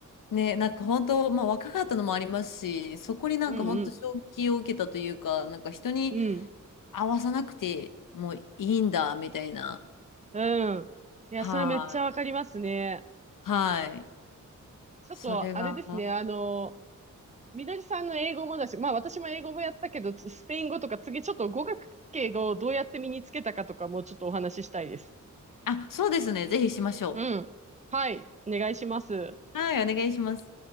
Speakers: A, on the left; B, on the right.
A: う。ね、なんか本当、まあ若かったのもありますし、そこになんか本当衝撃を受けたというか、
B: うんうん。
A: なんか人に
B: うん。
A: 合わさなくてもいいんだみたいな。
B: うん。いや、
A: はい。
B: それめっちゃわかりますね。
A: はい。
B: ちょっと、
A: それが。
B: あれですね。あの、みどりさんの英語もだし、まあ私も英語もやったけど、スペイン語とか次ちょっと語学系をどうやって身につけたかとかもちょっとお話ししたいです。
A: あ、そうですね。ぜひしましょ
B: うん。はい。お願いします。
A: う。はい、お願いします。